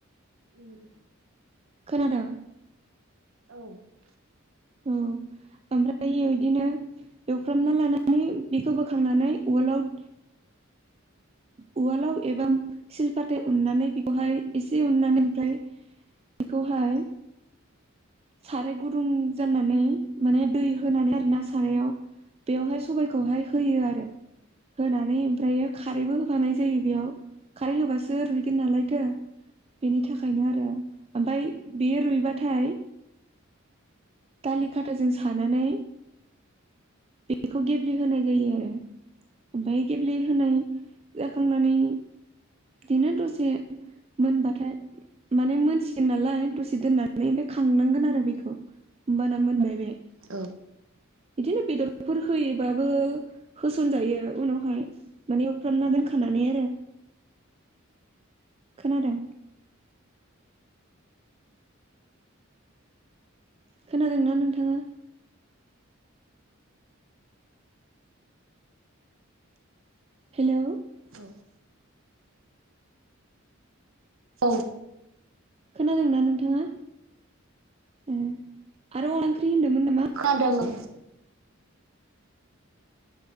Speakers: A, on the right; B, on the right.
A: उम
B: खोनादों
A: औ
B: उम ओमफ्रायो इदिनो एवफ्रामना लानानै बेखौ बोखांनानै उवालाव उवालाव एबा सिलफाथायाव उननानै बेखौहाय एसे उननानै ओमफ्राय बेखौहाय साराय गुदुं जाननानै माने दै होनानै आरोना सारायाव बेवहाय सबायखौहाय होयो आरो होनानै ओमफ्रायो खारैबो होफानाय जायो बेयाव खारै होबासो रुइगोन नालाय थों बेनि थाखायनो आरो ओमफाय बेयो रुइबा थाय दालि खाथाजों सानानै बेखौ गेब्लेहोनाय जायो आरो ओमफाय गेब्लेहोनाय जाखांनानै बिदिनो दसे मोनबाथाय माने मोनसिगोन नालाय दसे दोननानै ओमफ्राय खांनांगोन आरो बेखौ होमबाना मोनबाय बे
A: औ
B: बिदिनो बेदरफोर होयोबा बो होसनजायो उनावहाय‌ माने एवफ्रामना दोनखानानै आरो खोनादों? खोनादोंना नोंथाङा? हेलौ।
A: औ। औ।
B: खोनादोंना नोंथाङा ए आरो अनला ओंख्रि होन्दोंमोन
A: खोनादों ओ